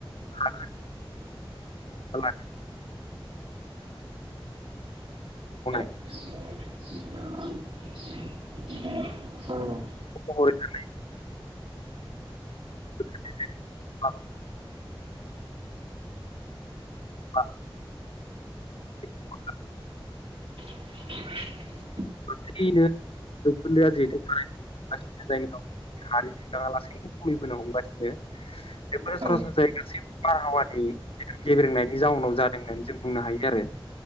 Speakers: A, on the left; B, on the right.
A: ह लानाय <unintelligible>
B: <unintelligible> औ <unintelligible>
A: महरै लासैनो <unintelligible> आ। <unintelligible>
B: <inaudible>
A: लासैनो उखुन्दैआ जिथ ला जायनि हानि बिफाङा लासैनो खमिबोनो हमगासिनो बेफोरो
B: औ
A: सरासनस्रायै गासै बारहावा गेब्रेंनायनि जाउनाव जादों होननानै जों बुंनो हायो आरो